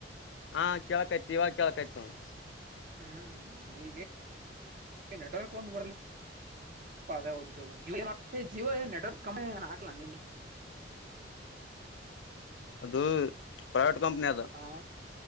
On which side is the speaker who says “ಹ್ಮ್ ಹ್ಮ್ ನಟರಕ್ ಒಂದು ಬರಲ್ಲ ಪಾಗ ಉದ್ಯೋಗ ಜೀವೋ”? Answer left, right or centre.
Right